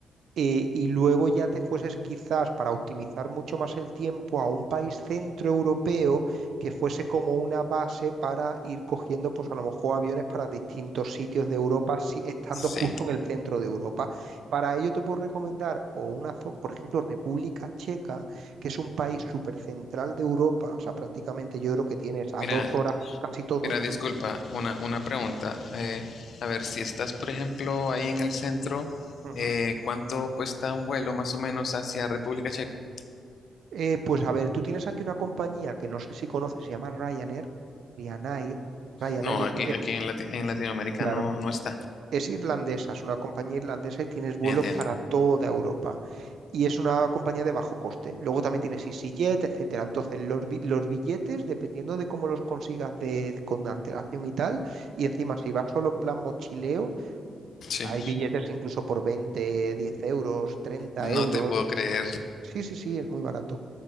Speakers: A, on the right; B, on the left.
A: eh, y luego ya te fueses quizás para optimizar mucho más el tiempo a un país centroeuropeo que fuese como una base para ir cogiendo pues a lo mejor aviones para distintos sitios de Europa, si, estando
B: sí.
A: justo en el centro de Europa. Para ello te puedo recomendar o una, zo- por ejemplo, República Checa, que es un país súper central de Europa, o sea, prácticamente yo creo que tienes a
B: Mira,
A: dos horas casi todo.
B: mira, disculpa, una, una pregunta. Eh, a ver, si estás, por ejemplo, ahí en el centro,
A: Ujú.
B: eh, ¿cuánto cuesta un vuelo más o menos hacia República Checa?
A: Eh, pues a ver, tú tienes aquí una compañía que no sé si conoces, se llama Ryanair. Ryanair, Ryanair,
B: No,
A: es-
B: aquí, aquí
A: es-
B: en, Lati- en Latinoamérica
A: claro,
B: no, no está.
A: es irlandesa, es una compañía irlandesa y tienes vuelos
B: Entiendo.
A: para toda Europa. Y es una compañía de bajo coste. Luego también tienes EasyJet, etcétera. Entonces, los, bi- los billetes, dependiendo de cómo los consigas de, con antelación y tal, y encima si vas solo en plan mochileo,
B: Sí.
A: hay billetes incluso por 20, 10 euros, 30
B: No
A: euros.
B: te puedo creer.
A: Sí, sí, sí, es muy barato.